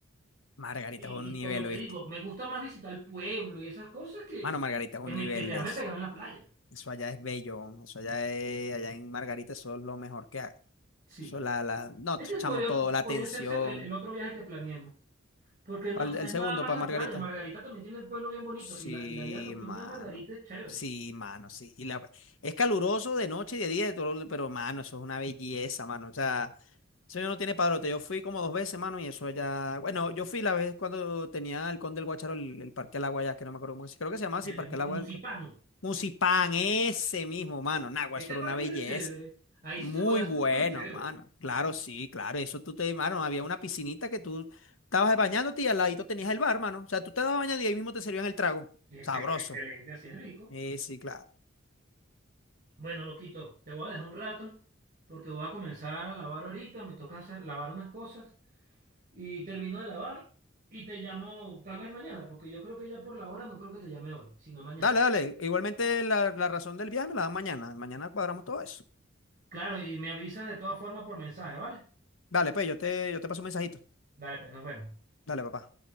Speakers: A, on the left (about 80°); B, on the right (about 40°).
A: Margarita
B: Y,
A: es un
B: y
A: nivel,
B: como te
A: ¿oíste?
B: digo, me gusta más visitar el pueblo y esas cosas que,
A: Mano, Margarita es
B: que,
A: un
B: me,
A: nivel,
B: que quedarme
A: es-
B: pegado en la playa.
A: eso allá es bello, eso allá es- allá en Margarita eso es lo mejor que hay.
B: Sí.
A: Eso la, la, no,
B: Este
A: t- chamo,
B: podría,
A: todo, la atención.
B: podría ser el, el otro viaje que planeemos. Porque no,
A: ¿Cuál-
B: no
A: el
B: es
A: segundo
B: nada más
A: para
B: la
A: Margarita?
B: playa. Margarita también tiene el pueblo bien bonito.
A: Sí,
B: Y la, y la vida nocturna
A: mano,
B: de Margarita es chévere.
A: sí, mano, sí. Y la, es caluroso de noche y de día, de todo, pero, mano, eso es una belleza, mano, o sea, eso ya no tiene padrote. Yo fui como dos veces, mano, y eso allá, bueno, yo fui la vez cuando tenía el Conde del Guacharo, el, el Parque del Agua allá, que no me acuerdo cómo se, creo que se llamaba así,
B: Eh,
A: Parque del Agua,
B: Musipán.
A: Musipan, ese mismo, mano. Nagua,
B: Ese
A: eso
B: parque
A: era una belleza.
B: era chévere. Ahí
A: Muy
B: sí se podía hacer
A: bueno,
B: un tour chévere.
A: mano. Claro, sí, claro. Eso tú te, mano, había una piscinita que tú estabas bañándote y al ladito tenías el bar, mano. O sea, tú te estabas bañando y ahí mismo te servían el trago.
B: Ese,
A: Sabroso.
B: excelente, así es rico.
A: Sí, sí, claro.
B: Bueno, loquito, te voy a dejar un rato porque voy a comenzar a lavar ahorita. Me toca hacer, lavar unas cosas. y termino de lavar y te llamo tal vez mañana, porque yo creo que ya por la hora no creo que te llame hoy, sino mañana.
A: Dale, dale. Igualmente la, la razón del viaje me la dan mañana. Mañana cuadramos todo eso.
B: Claro, y me avisas de todas formas por mensaje, ¿vale?
A: Dale, pues, yo te, yo te paso un mensajito.
B: Dale, pues nos vemos.
A: Dale, papá.